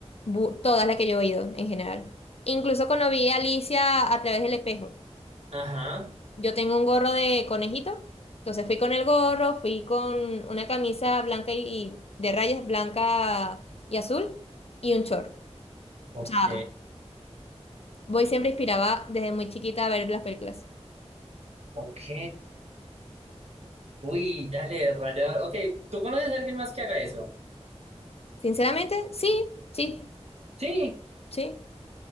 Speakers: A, on the left; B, on the right.
A: Bu- todas las que yo he ido en general. Incluso cuando vi a Alicia a través del espejo.
B: Ajá,
A: Yo tengo un gorro de conejito, entonces fui con el gorro, fui con una camisa blanca y, y de rayas blanca y azul y un short.
B: ok.
A: O sea, voy siempre inspiraba desde muy chiquita a ver las películas.
B: Ok, Uy, dale, rayador. Ok, ¿tú conoces a alguien más que haga eso?
A: Sinceramente, sí, sí,
B: Sí,
A: sí.